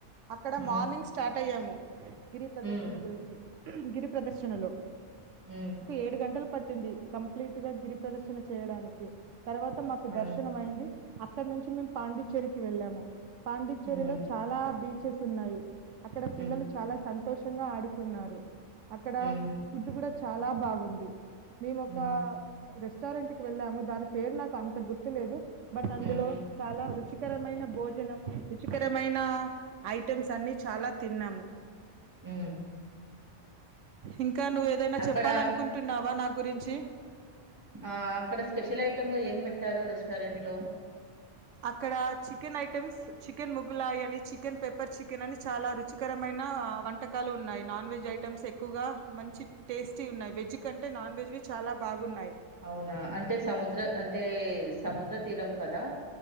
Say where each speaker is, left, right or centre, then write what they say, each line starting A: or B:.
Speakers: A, on the right (about 85°); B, on the right (about 15°).
A: అక్కడ
B: ఉమ్
A: మార్నింగ్ స్టార్ట్ అయ్యాము గిరి ప్రదక్షణ
B: ఉమ్
A: గురించి గిరి ప్రదర్శిణలో
B: ఉ
A: ఏడు గంటలు పట్టింది కంప్లీట్గా గిరి ప్రదర్శన చేయడానికి తర్వాత మాకు
B: అవును
A: దర్శనం అయింది అక్కడ నుంచి మేము పాండిచ్చేరికి వెళ్ళాము పాండిచ్చేరిలో
B: ఉమ్
A: చాలా బీచెస్ ఉన్నాయి అక్కడ పిల్లలు
B: ఉమ్
A: చాలా సం సంతోషంగా ఆడుకున్నారు అక్కడ
B: ఉమ్
A: ఫుడ్ కూడా చాలా బాగుంది మేము ఒక
B: ఉమ్
A: రెస్టారెంట్ కి వెళ్ళాము దాని పేరు నాకు అంత గుర్తు లేదు బట్ అందులో
B: ఉమ్
A: చాలా రుచికరమైన భోజనం రుచికరమైన ఐటెమ్స్ అన్ని చాలా తిన్నాము
B: ఉమ్
A: ఇంకా నువ్వేదైనా
B: అక్కడ
A: చెప్పాలనుకుంటున్నావా నా గురించి
B: ఆ అక్కడ స్పెషల్ ఐటెమ్ గా ఏం పెట్టారు రెస్టారెంట్ లో
A: అక్కడ చికెన్ ఐటెమ్స్ చికెన్ ముగులాయ అని చికెన్ పెప్పర్ చికెన్ అని చాలా రు రుచికరమైన వంటకాలు ఉన్నాయి నాన్ వెజ్ ఐటెమ్స్ ఎక్కువగా మంచి టేస్ ఉన్నాయి వెజ్ కంటే నాన్ వెజ్వి చాలా బాగున్నాయి
B: అవునా అంటే సముద్ర అంటే సముద్ర తీరం కదా